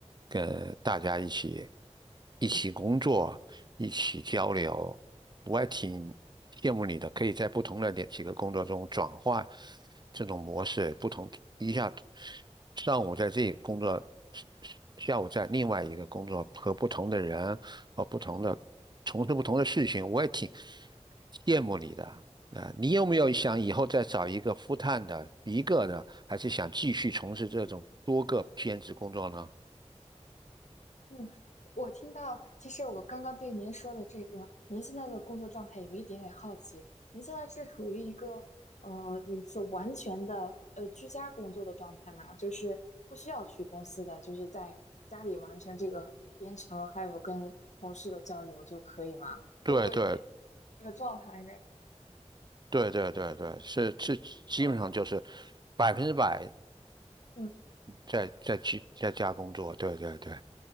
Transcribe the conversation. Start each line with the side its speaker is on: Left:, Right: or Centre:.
Right: 跟大家一起一起工作，一起交流。我还挺羡慕你的，可以在不同的两几个工作中转换这种模式，不同一下上午在这个工作，下午在另外一个工作，和不同的人和不同的从事不同的事情，我也挺羡慕你的。啊，你有没有想以后再找一个 f 探的一个呢，还是想继续从事这种多个兼职工作呢？
Left: 嗯，我听到，其实我刚刚对您说的这个，您现在的工作状态有一点点好奇，您现在是处于一个呃，比如说完全的呃居家工作的状态吗？就是不需要去公司的，就是在家里完成这个编程，还有跟同事的交流就可以吗？
Right: 对对
Left: 我我有点这个状态应该。
Right: 对对对对，是是，基本上就是
Left: 哦，
Right: 百分之百
Left: 嗯，
Right: 在在居在家工作，对对对，